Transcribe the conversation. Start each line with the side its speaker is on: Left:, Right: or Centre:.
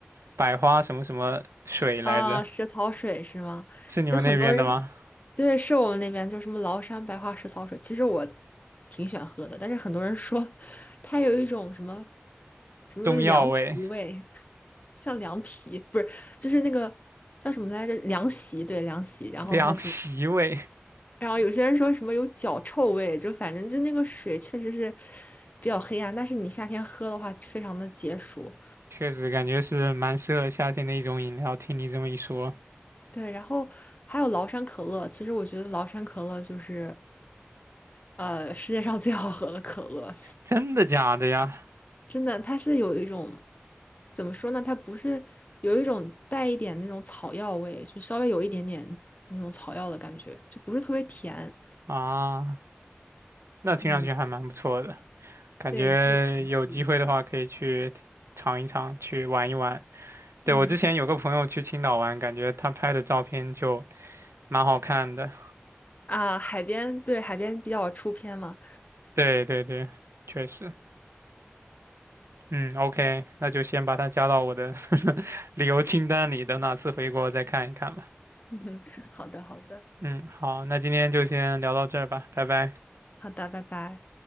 Right: 百花什么什么水来着，
Left: 啊，石草水是吗？
Right: 是你们那边的吗？
Left: 就很多人对，是我们那边就什么崂山白花石草水，其实我挺喜欢喝的，但是很多人说它有一种什么什么凉皮味，
Right: 中药味、
Left: 像凉皮，不是，就是那个叫什么来着？凉席，对，凉席，然后还有什么？
Right: 凉席味，
Left: 然后有些人说什么有脚臭味，就反正就那个水确实是比较黑暗，但是你夏天喝的话，非常的解暑。
Right: 确实感觉是蛮适合夏天的一种饮料。听你这么一说，
Left: 对，然后还有崂山可乐，其实我觉得崂山可乐就是，呃，世界上最好喝的可乐，
Right: 真的假的呀？
Left: <laughs> 真的，它是有一种怎么说呢？它不是有一种带一点那种草药味，就稍微有一点点那种草药的感觉，就不是特别甜。
Right: 啊，那听上去还蛮不错的，
Left: 嗯，
Right: 感觉有机会的话可以去尝一尝，
Left: 对，你可以尝试一下。
Right: 去玩一玩。对，
Left: 嗯。
Right: 我之前有个朋友去青岛玩，感觉他拍的照片就蛮好看的。
Left: 啊，海边，对，海边比较出片嘛。
Right: 对对对，确实，嗯，OK，那就先把它加到我的 <laughs> 旅游清单里，等哪次回国再看一看吧。
Left: <laughs> 好的，好的，
Right: 嗯，好，那今天就先聊到这儿吧，拜拜。
Left: 好的，拜拜。